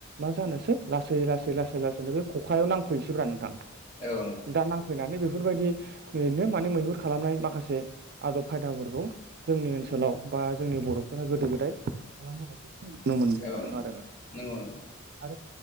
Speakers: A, on the right; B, on the left.
A: मा जानोसै लासै लासै लासै लासैनो बे खखायाव नांफैनोसै ब्रा नोंथां,
B: औ नोंथां
A: दा नांफैनानै बे फोरबायदियैनो माने मैहुर खालामनाय माखासे आदब खायदाफोरखौ जोंनि ओनसोलाव बा जोंनि बर'फोरा गोदो-गोदाय खालामबोनायखौ जों नुनो मोनबाय
B: औ
A: थादों
B: नोंथां
A: आरो नों
B: नंगौ नोंथां
A: ओ